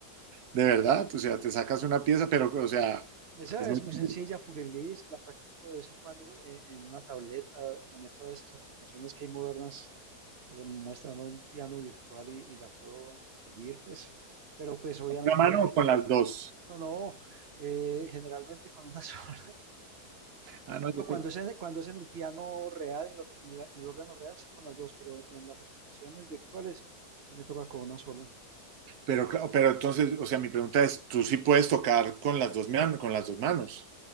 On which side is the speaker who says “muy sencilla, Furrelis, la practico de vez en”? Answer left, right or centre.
Right